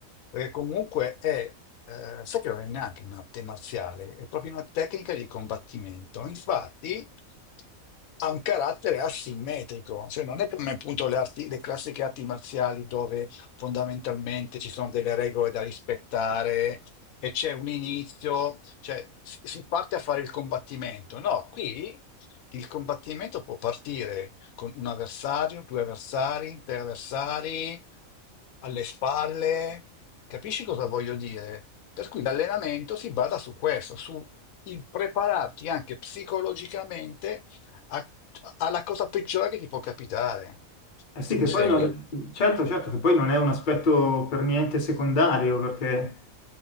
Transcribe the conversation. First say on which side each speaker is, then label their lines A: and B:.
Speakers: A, on the left; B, on the left.
A: Perché comunque è, eh, sai che non è neanche un'arte marziale, è proprio una tecnica di combattimento. Infatti ha un carattere asimmetrico, cioè non è come appunto le arti- le classiche arti marziali dove fondamentalmente ci sono delle regole da rispettare e c'è un inizio, cioè si si parte a fare il combattimento. No, qui il combattimento può partire con un avversario, due avversari, tre avversari, alle spalle. Capisci cosa voglio dire? Per cui l'allenamento si basa su questo, su il prepararti anche psicologicamente a- alla cosa peggiore che ti può capitare,
B: Eh
A: se
B: sì,
A: mi
B: che
A: segui.
B: poi non, certo, certo, che poi non è un aspetto per niente secondario, perché